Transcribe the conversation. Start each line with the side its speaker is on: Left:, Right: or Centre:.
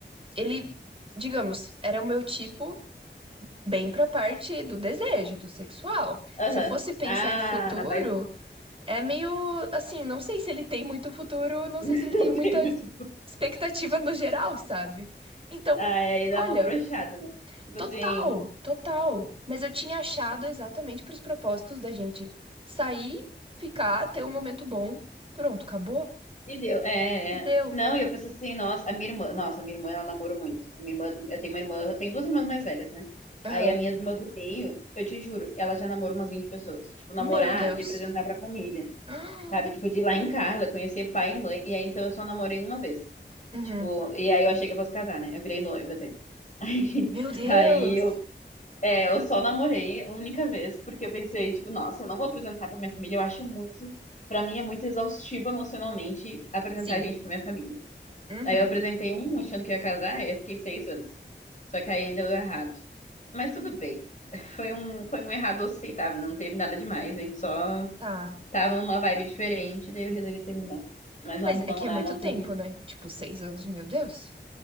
Right: ele, digamos, era o meu tipo bem pra parte do desejo, do sexual.
Left: aham.
Right: Se eu fosse pensar
Left: Ah,
Right: em futuro.
Left: mas
Right: É meio assim, não sei se ele tem muito futuro, não sei
Left: <laughs>
Right: se ele
Left: não
Right: tem muita
Left: tem muito.
Right: expectativa no geral, sabe? Então,
Left: Ah, aí dá
Right: olha,
Left: uma brochada, né? Tipo
Right: total,
Left: assim,
Right: total. Mas eu tinha achado exatamente para os propósitos da gente sair, ficar, ter um momento bom, pronto, acabou
Left: E deu, é,
Right: e deu.
Left: é. Não, e eu penso assim, nossa, a minha irmã, nossa, a minha irmã, ela namorou muito. A minha irmã, do- eu tenho uma irmã, eu tenho duas irmãs mais velhas, né?
Right: Aham.
Left: Aí a minha irmã do meio, eu te juro, ela já namorou umas 20 pessoas. Tipo, namorar,
Right: Meu Deus.
Left: de apresentar pra família,
Right: <gasps> Ah,
Left: sabe? Tipo, de ir lá em Carla, conhecer pai e mãe. E aí, então, eu só namorei uma vez.
Right: Uhum.
Left: Tipo, e aí eu achei que eu fosse casar, né? Eu virei noiva até. <laughs> Aí,
Right: Meu Deus.
Left: aí eu é, eu só namorei uma única vez, porque eu pensei, tipo, nossa, eu não vou apresentar pra minha família, eu acho muito, pra mim é muito exaustivo emocionalmente apresentar
Right: Sim.
Left: a gente pra minha família.
Right: Uhum.
Left: Aí eu apresentei um achando que eu ia casar, aí eu fiquei seis anos. Só que aí deu errado. Mas tudo bem. <laughs> Foi um, foi um errado aceitável, não teve nada demais, a gente só
Right: Tá.
Left: tava numa vibe diferente, daí eu resolvi terminar. Mas
Right: Mas
Left: não, não,
Right: é que é
Left: não,
Right: muito
Left: não
Right: tempo,
Left: teve.
Right: né? Tipo, seis anos, meu Deus.